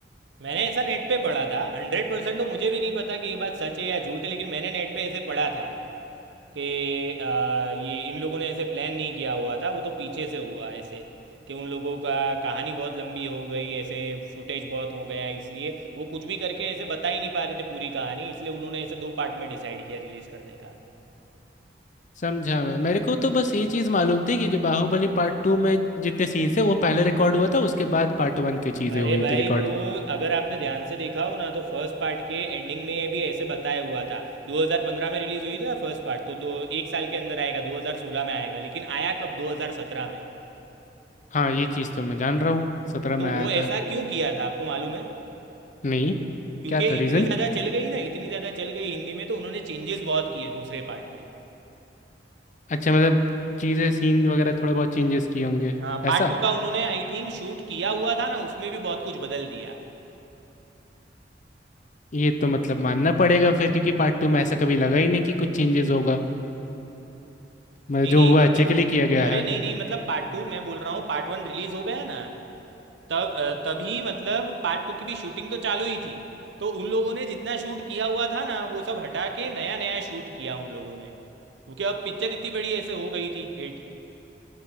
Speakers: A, on the right; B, on the left.
A: मैंने ऐसा नेट पे पढ़ा था हंड्रेड परसेंट तो मुझे भी नहीं पता कि ये बात सच है या झूठ है लेकिन मैंने नेट पे ऐसे पढ़ा था कि अ, ये इन लोगों ने ऐसे प्लान नहीं किया हुआ था वो तो पीछे से हुआ ऐसे कि उन लोगों का कहानी बहुत लंबी हो गई ऐसे फुटेज बहुत हो गया इसलिए वो कुछ भी करके ऐसे बता ही नहीं पा रहे थे पूरी कहानी इसलिए उन्होंने ऐसे दो पार्ट में डिसाइड किया रिलीज़ करने का
B: <laughs> समझा मैं मेरे को तो बस ये चीज़ मालूम थी कि जो बाहुबली पार्ट टू में जितने सीन्स थे वो पहले रिकॉर्ड हुआ था उसके बाद पार्ट वन की चीज़ें
A: अरे
B: हुई
A: भाई
B: थी रिकॉर्ड
A: वो अगर आपने ध्यान से देखा हो ना तो फर्स्ट पार्ट के एंडिंग में ये भी ऐसे बताया हुआ था 2015 में रिलीज हुई थी ना फर्स्ट पार्ट तो दो एक साल के अंदर आएगा 2016 में आएगा लेकिन आया कब 2017 में
B: हाँ ये चीज़ तो मैं जान रहा हूँ सत्रह
A: तो
B: में आया
A: वो ऐसा
B: था
A: क्यों किया था आपको मालूम है
B: नहीं
A: क्योंकि
B: क्या था रीज़न
A: इतनी ज़्यादा चल गई ना इतनी ज़्यादा चल गई हिंदी में तो उन्होंने चेंजेस बहुत किए दूसरे पार्ट में
B: अच्छा मतलब चीज़ें सीन वगैरह थोड़े बहुत चेंजेस किए होंगे
A: हाँ
B: ऐसा
A: पार्ट टू का उन्होंने आई थिंक शूट किया हुआ था ना उसमें भी बहुत कुछ बदल दिया
B: ये तो मतलब मानना पड़ेगा फिर क्योंकि पार्ट टू में ऐसा कभी लगा ही नहीं कि कुछ चेंजेस होगा मतलब
A: नहीं
B: जो
A: नहीं
B: हुआ
A: लेकिन
B: अच्छे के लिए किया गया
A: अरे
B: है
A: नहीं नहीं मतलब पार्ट टू मैं बोल रहा हूँ पार्ट वन रिलीज हो गया ना तब अ, तभी मतलब पार्ट टू की भी शूटिंग तो चालू ही थी तो उन लोगों ने जितना शूट किया हुआ था ना वो सब हटा के नया नया शूट किया उन लोगों ने क्योंकि अब पिक्चर इतनी बड़ी ऐसे हो गई थी हिट